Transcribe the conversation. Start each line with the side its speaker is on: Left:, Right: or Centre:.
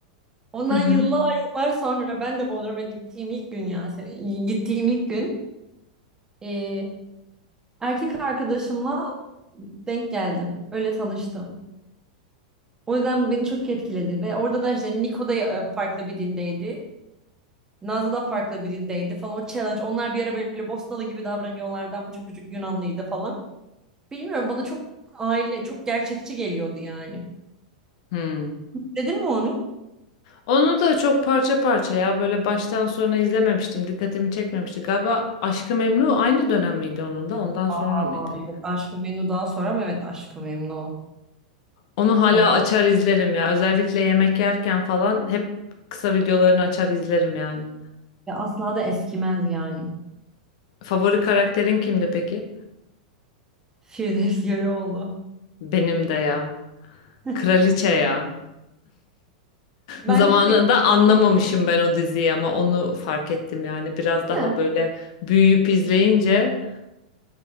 Right: Ondan
Left: Hı hı.
Right: yıllar yıllar sonra ben de Bodrum'a gittiğim ilk gün ya se- gittiğim ilk gün e, erkek arkadaşımla denk geldim. Öyle tanıştım. O yüzden beni çok etkiledi ve orada da işte Niko da e, farklı bir dindeydi. Nazlı da farklı birindeydi falan o challenge. Onlar bir ara böyle Bosnalı gibi davranıyorlardı ama çocuk Yunanlıydı falan. Bilmiyorum bana çok aile çok gerçekçi geliyordu yani.
Left: Hmm.
Right: Dedin mi onu?
Left: Onu da çok parça parça ya böyle baştan sona izlememiştim. Dikkatimi çekmemişti. Galiba Aşk-ı Memnu aynı dönem miydi onun da ondan
Right: Aa
Left: sonra mıydı?
Right: yok Aşk-ı Memnu daha sonra mı? Evet Aşk-ı Memnu.
Left: Onu hala
Right: Bak,
Left: açar izlerim ya. Özellikle yemek yerken falan hep kısa videolarını açar izlerim yani.
Right: ya Asla da eskimez yani.
Left: Favori karakterin kimdi peki?
Right: Firdevs Yarıoğlu.
Left: Benim de ya.
Right: <laughs>
Left: Kraliçe ya.
Right: Bence
Left: Zamanında
Right: şey
Left: anlamamışım ben o diziyi ama onu fark ettim yani biraz
Right: değil
Left: daha
Right: mi?
Left: böyle büyüyüp izleyince